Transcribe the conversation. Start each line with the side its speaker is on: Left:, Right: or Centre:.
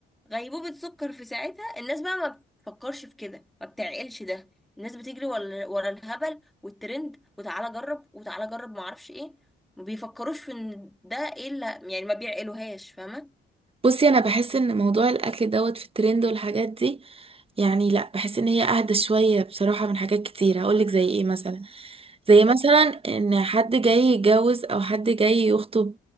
Centre: غيبوبة سكر في ساعتها الناس بقى ما بتفكرش في كده ما بتعقلش ده الناس بتجري ورا ورا الهبل والترند وتعالى جرب وتعالى جرب ما اعرفش ايه ما بيفكروش في ان ده ايه اللي يعني ما بيعقلوهاش فاهمة
Right: بصي انا بحس ان موضوع الاكل دوت في الترند والحاجات دي يعني لا بحس ان هي اهدى شويه بصراحه من حاجات كتير هقول لك زي ايه مثلا زي
Centre: مم.
Right: مثلا ان حد جاي يتجوز او حد جاي يخطب